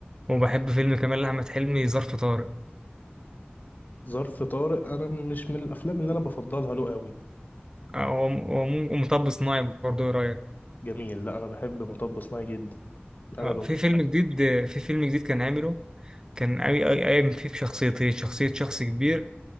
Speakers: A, on the right (about 20°); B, on the left (about 45°).
A: وبحب فيلم كمان لأحمد حلمي ظرف طارق
B: ظرف طارق انا مش من الافلام اللي انا بفضلها له قوي
A: آه، هو هو مطب صناعي برضه إيه رأيك؟
B: جميل لا انا بحب مطب صناعي جدا انا
A: اه
B: بموت
A: في فيلم
B: فيه
A: جديد في فيلم جديد كان عامله كان قوي قوي قايم فيه بشخصيتين شخصية شخص كبير